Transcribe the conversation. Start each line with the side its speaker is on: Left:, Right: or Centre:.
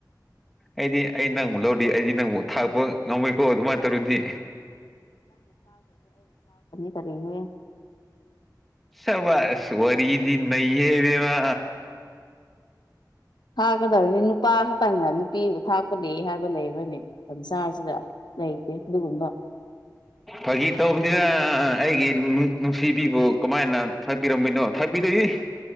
Centre: ꯑꯩꯗꯤ ꯑꯩ ꯅꯪꯕꯨ ꯂꯧꯗꯤ ꯑꯩꯗꯤ ꯅꯪꯕꯨ ꯊꯥꯛꯛꯄ ꯉꯝꯃꯣꯏꯀꯣ ꯑꯗꯨꯃꯥꯏꯅ ꯇꯧꯔꯨꯗꯤ
Left: ꯁꯔꯅꯦ
Centre: ꯁꯕꯥꯁ ꯋꯔꯤꯗꯤ ꯅꯩꯌꯦꯕ
Left: ꯊꯥꯛꯀꯗꯕꯅꯤ ꯅꯨꯄꯥ ꯈꯛꯇꯪꯅ ꯅꯨꯄꯤꯕꯨ ꯊꯥꯛꯄ ꯂꯩ ꯍꯥꯏꯕ ꯂꯩꯕ ꯁꯥꯁꯤꯗ ꯂꯩꯇꯦ ꯑꯗꯨꯒꯨꯝꯕ
Centre: ꯐꯥꯒꯤ ꯇꯧꯕꯅꯤꯗ ꯑꯩꯒꯤ ꯅꯨꯡꯁꯤꯕꯤꯕꯨ ꯀꯃꯥꯏꯅ ꯊꯥꯛꯄꯤꯔꯝꯃꯤꯅꯣ ꯊꯥꯛꯄꯤꯗꯣꯏꯅꯤ